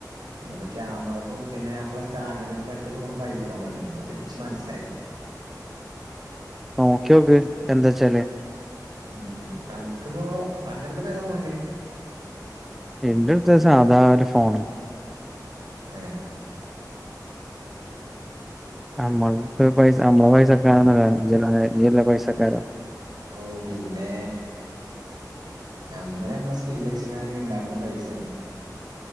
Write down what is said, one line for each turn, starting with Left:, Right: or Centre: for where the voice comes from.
Right: പിന്നെ ഇപ്പോ ക്യാമറക്കും പിന്നെ നമ്മള് സ്റ്റാൻഡേർഡിനും പറ്റിയ ഫോൺപ്പ ഐ ഫോൺണ് ഇ പച്ച് മനസ്സിലായത്
Centre: നോക്കിയോക്ക് എന്താ ച്ചാല്
Right: ഉം അനക്ക്പ്പോ അന്റെ ടുത്ത് പോ ഏതാ ഫോണില്ലേ
Centre: എന്റെ ട്ത്ത് സാധാ ഒരു ഫോൺ
Right: ഏ
Centre: നമ്മൾ പൈസ നമ്മള പൈസക്കാരന്നല്ലല്ലേ ഇജ്ജല്ലേ പൈസക്കാരം
Right: ഓ പിന്നെ നമ്മളെ നമ്മളെ സ്കില്ല വച്ചങ്ങാന് ഇണ്ടാക്കണ പൈസയാണ്